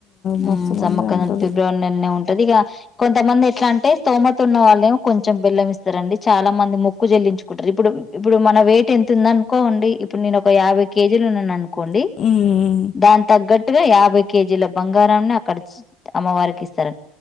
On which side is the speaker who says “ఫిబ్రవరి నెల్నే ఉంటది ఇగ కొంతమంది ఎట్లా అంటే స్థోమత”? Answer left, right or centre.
Left